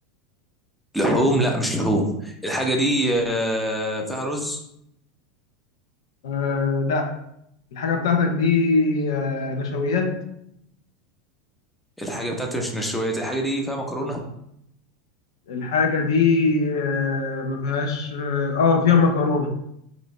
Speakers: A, in the centre; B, on the left (about 80°).
A: لحوم لا مش لحوم الحاجة دي آه، فيها رز
B: آه لا الحاجه بتاعتك دي آه نشويات
A: الحاجة بتاعتي مش نشويات الحاجة دي فيها مكرونة
B: الحاجه دي آه ما فيهاش اه آه، فيها مكرونه